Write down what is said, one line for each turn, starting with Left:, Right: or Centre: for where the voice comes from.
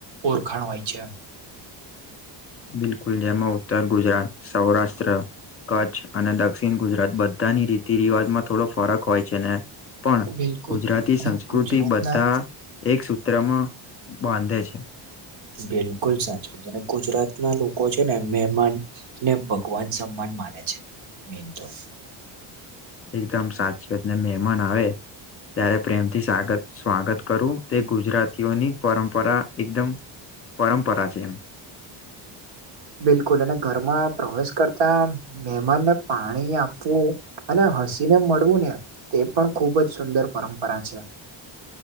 Right: ઓરખાણ હોય છે
Left: બિલકુલ જેમાં ઉત્તર ગુજરાત સૌરાષ્ટ્ર કચ્છ અને દક્ષિણ ગુજરાત બધાની રીતિ રિવાજમાં થોડો ફરક હોય છે ને પણ
Right: બિલકુલ
Left: ગુજરાતી
Right: અને
Left: સંસ્કૃતિ
Right: ગુજરાતના
Left: બધા એક સૂત્રમાં બાંધે છે
Right: બિલકુલ સાચુ કીધું અને ગુજરાતના લોકો છે ને મહેમાન ને ભગવાન સમ્માન મને છે મીન્ટુ
Left: એકદમ સાચી વાત ને મેહમાન આવે ત્યારે પ્રેમથી સ્વાગત સ્વાગત કરું તે ગુજરાતીઓની પરંપરા એકદમ પરંપરા કેમ
Right: બિલકુલ અને ઘરમાં પ્રવેશ કરતા મહેમાનને પાણી આપવું અને હસી ને મળવું ને તે પણ ખુબ જ સુંદર પરંપરા છે